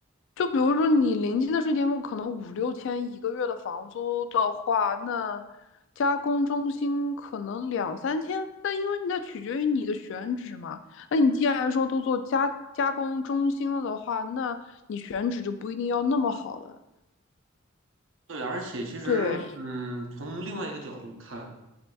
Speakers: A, on the left; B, on the right.
A: 就比如说你临街的实体店铺可能五六千一个月的房租的话，那加工中心可能两三千。那因为那取决于你的选址嘛。那你既然说都做加加工中心了的话，那你选址就不一定要那么好了。
B: 对，而且其实，
A: 对
B: 嗯，从另外一个角度看，